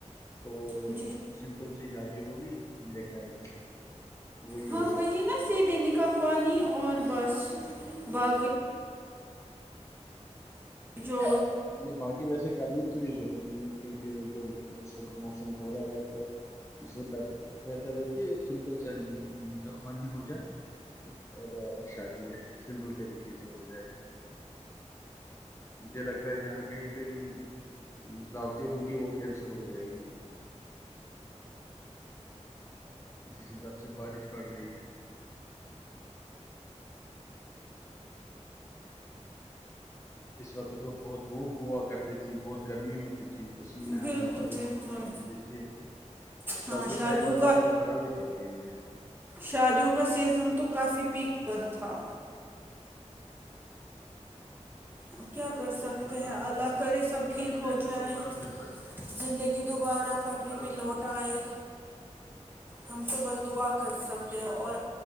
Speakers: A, on the left; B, on the right.
A: تو
B: جی
A: سمپل سی شادی ہوگی میرے خیال سے وہی
B: ہاں
A: ہوگا
B: نا سیدھے نکاح خوانی اور بس باقی جو
A: نہیں باقی ویسے کرنے کی بھی ضرورت نہیں ہے کیونکہ جو اس وقت موسم ہو رہا ہے تو اس سے بہتر ہے کہ سمپل سا ن کاا خوانی ہو جائے اور شادی سمپل طریقے سے ہو جائے مجھے لگتا جہاں کہیں پہ بھی دعوتیں ہوں گی وہ کینسل ہو جائیں گی جس حساب سے بارش پڑ رہی ہے اس وقت تو بہت دھوپ ہوا کرتی تھی بہت گرمی ہوتی تھی پسینے
B: بالکل
A: آتے تھے
B: بالکل
A: آج دیکھیے
B: ہاں
A: کل تو
B: شادیوں
A: شاید لداخ
B: کا
A: میں برف ہی پڑ گئی ہے
B: شادیوں کا سیزن تو کافی پیک پر تھا اب کیا کر سکتے
A: لداخ
B: ہیں
A: میں
B: اللہ کرے سب
A: لداخ
B: ٹھیک
A: سائڈ
B: ہو
A: میں
B: جائے
A: تو برف بھی پڑ گئے
B: زندگی دوبارہ
A: وہاں
B: پٹری
A: برف
B: پہ
A: پڑی
B: لوٹ
A: ہوگی
B: آئے
A: <inaudible>
B: ہم تو بس دعا کر
A: جی
B: سکتے
A: بالکل
B: ہیں اور